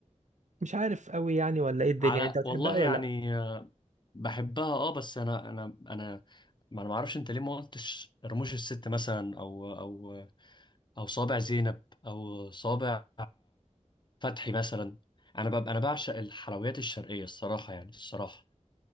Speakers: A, on the right (about 70°); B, on the left (about 35°).
A: مش عارف قوي يعني ولا ايه الدنيا
B: على
A: انت بتحبها
B: والله
A: قوي
B: يعني
A: ولا لا
B: آه، بحبها اه بس انا انا انا ما انا ما اعرفش انت ليه ما قلتش رموش الست مثلا او او او صابع زينب او صابع فتحي مثلا انا ببقى انا بعشق الحلويات الشرقيه الصراحه يعني الصراحه